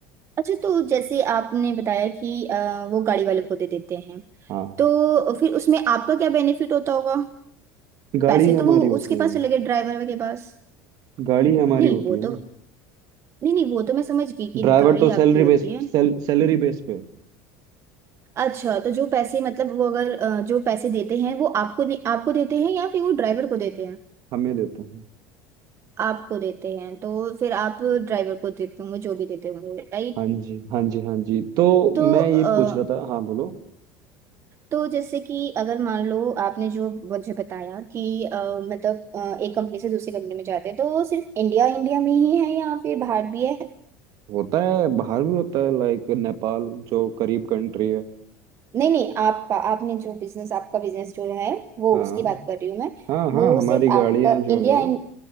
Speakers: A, on the right; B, on the right.
A: अच्छा तो जैसे आपने बताया कि अ, वो गाड़ी वाले को दे देते हैं
B: हाँ
A: तो फिर उसमें आपका क्या बेनिफिट होता होगा
B: गाड़ी
A: पैसे
B: ही हमारी
A: तो वो
B: होती
A: उसके पास
B: है
A: चले गए ड्राइवर के पास
B: गाड़ी हमारी
A: नहीं
B: होती
A: वो
B: है ना
A: तो नहीं नहीं वो तो मैं समझ गई कि
B: ड्राइवर
A: गाड़ी
B: तो सैलरी
A: आपकी होती
B: बेस
A: है
B: सेल, सैलरी बेस पे
A: अच्छा तो जो पैसे मतलब वो अगर अ, जो पैसे देते हैं वो आपको दे, आपको देते हैं या फिर वो ड्राइवर को देते हैं
B: हमें देते हैं
A: आपको देते हैं तो फिर आप ड्राइवर को देते होंगे जो भी देते होंगे राइट
B: हाँ जी हाँ जी हाँ जी तो
A: तो
B: मैं
A: अ,
B: ये पूछ रहा था हाँ बोलो
A: तो जैसे कि अगर मान लो आपने जो मुझे बताया कि अ, मतलब अ, एक कंपनी से दूसरी कंपनी में जाते हैं तो वो सिर्फ इंडिया इंडिया में ही है या फिर बाहर भी है
B: होता है बाहर भी होता है लाइक नेपाल जो करीब कंट्री है
A: नहीं नहीं आपका आपने जो बिजनेस आपका बिजनेस जो है वो
B: हाँ
A: उसकी बात कर रही हूँ मैं
B: हाँ हाँ
A: वो
B: हमारी
A: सिर्फ
B: गाड़ियाँ
A: आपका
B: जो
A: इंडिया
B: है